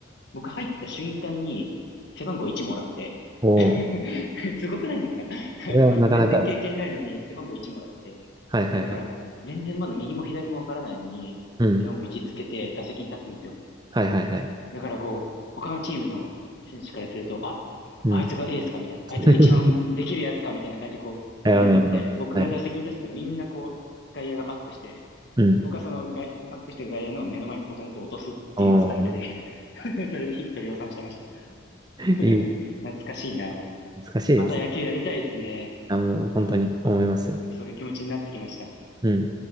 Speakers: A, on the left; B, on the right.
A: 僕入った瞬間に背番号1もらって、
B: ほど。
A: <laughs>
B: おー
A: すごくないですか <laughs>
B: それはなかなかです。
A: 全然経験ないのに背番号1もらって。
B: はいはいはい。
A: で、だから、全然まだ右も左もわからないのに、
B: うん。
A: 背番号1つけて打席に立つんですよ。
B: はいはいはい。
A: だからこう、他のチームの選手からすると、あ、
B: うん。
A: あいつがエースかみたいな、あいつが一番できるやつかみたいな感じでこう見れるんで、
B: <laughs> なるほど、なるほど。
A: 僕が打席に出すとみんなこう、
B: はいはい。
A: 外野がバックして、
B: うん。
A: で僕はその外バックしてガ外野の目の前にポトンと落とすっていうスタイルで
B: おー。
A: <laughs> それでヒット量産してました。<laughs>
B: いい。
A: 懐かしいな。
B: 難しいですね。
A: また野球やりたいですね。
B: あ、もう本当に思います。
A: なんか、なんかそういう気持ちになってきました。
B: うん。